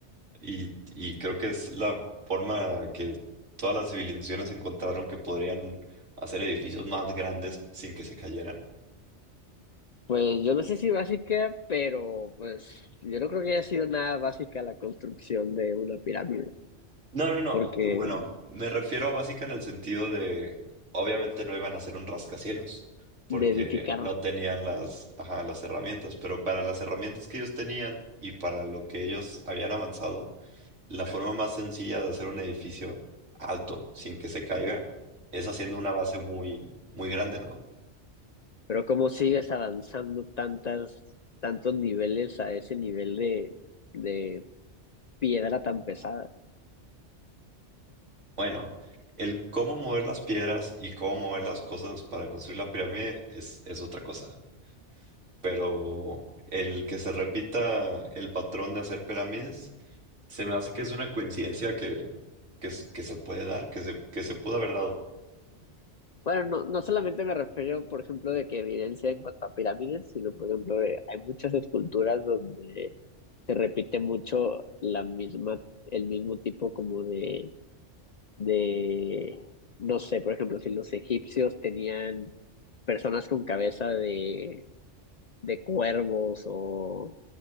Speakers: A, on the right; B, on the left.
A: y, y creo que es la forma que todas las civilizaciones encontraron que podrían hacer edificios más grandes sin que se cayeran?
B: Pues yo no sé si básica, pero pues yo no creo que haya sido nada básica la construcción de una pirámide,
A: No, no, no.
B: porque
A: Bueno, me refiero a básica en el sentido de, obviamente no iban a hacer un rascacielos porque
B: de edificar
A: no tenían las, ajá, las herramientas, pero para las herramientas que ellos tenían y para lo que ellos habían avanzado La forma más sencilla de hacer un edificio alto sin que se caiga es haciendo una base muy, muy grande, ¿no?
B: Pero cómo sigues avanzando tantas, tantos niveles a ese nivel de, de piedra tan pesada.
A: Bueno, el cómo mover las piedras y cómo mover las cosas para construir la pirámide es, es otra cosa. Pero el que se repita el patrón de hacer pirámides, se me hace que es una coincidencia que, que, s- que se puede dar, que se, que se pudo haber dado.
B: Bueno, no, no solamente me refiero, por ejemplo, de que evidencia en cuanto a pirámides, sino, por ejemplo, de- hay muchas esculturas donde se repite mucho la misma, el mismo tipo como de, de, no sé, por ejemplo, si los egipcios tenían personas con cabeza de de cuervos o,